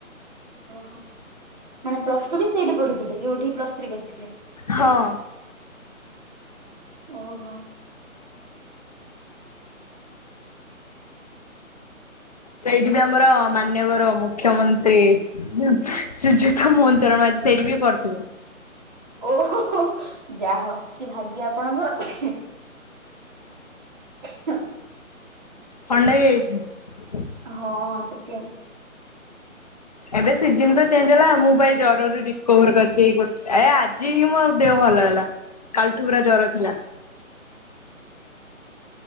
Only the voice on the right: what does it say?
ଓହୋ ମାନେ ପ୍ଲସ ଟୁ ବି ସେଇଠି ପଢିଥିଲେ ଯୋଉଠି ପ୍ଲସ ଥ୍ରୀ କରିଥିଲେ।
ଓହୋ।
ଓହୋ ହୋ ଯାହା ହଉ କି ଭାଗ୍ୟ ଆପଣଙ୍କର। ଇଁଛୁ ।
ହଁ ଟିକେ।